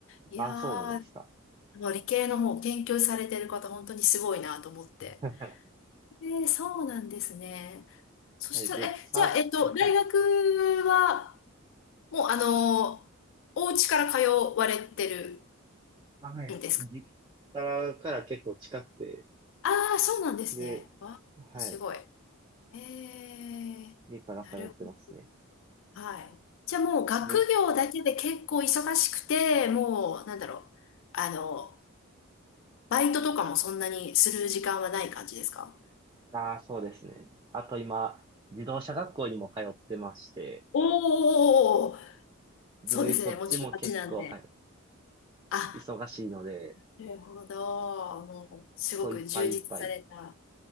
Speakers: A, on the left (about 60°); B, on the right (about 20°).
A: いやー、
B: あ、そうなんですか。
A: もう理系の方、研究されてる方、本当にすごいなと思って。
B: <laughs>
A: えー、そうなんですね。そしたら、
B: はい、で、
A: え、
B: さ、
A: じゃあ、えっと、
B: あはい。
A: 大学は、もう、あの、お家から通われてる
B: あはい。
A: んですか
B: 実家から結構近くて、
A: ああー、そうなんですね。
B: で、
A: わ、
B: はい、
A: すごい。えー、
B: 家から通ってますね。
A: なるほど。はい。じゃあ、もう、学業だけで結構忙しくて、
B: で、
A: もう、なんだろう。あの、バイトとかもそんなにする時間はない感じですか
B: ああ、そうですね。あと今、自動車学校にも通ってまして、
A: おー、
B: で、
A: そうですね。
B: そっちも結構、
A: もう1ちなんで。
B: はい、
A: あ
B: 忙しいので、
A: なるほど。もう、すごく充実された。
B: こういっぱいいっぱい。